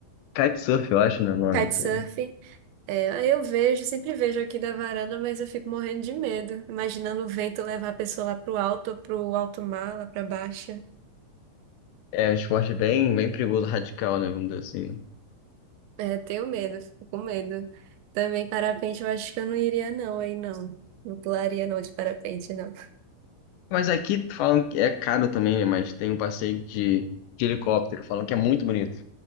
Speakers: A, on the left; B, on the right.
A: kitesurf, eu acho, né, o nome,
B: Kitesurf.
A: não sei.
B: É, aí eu vejo, sempre vejo aqui da varanda, mas eu fico morrendo de medo, imaginando o vento levar a pessoa lá pro alto, pro alto mar, lá pra baixo.
A: É um esporte bem, bem perigoso, radical, né, vamos dizer assim.
B: É, tenho medo, fico com medo. Também parapente, eu acho que eu não iria não, aí não. Não pularia não de parapente, não.
A: Mas aqui falam que é caro também, né? Mas tem um passeio de, de helicóptero, falam que é muito bonito.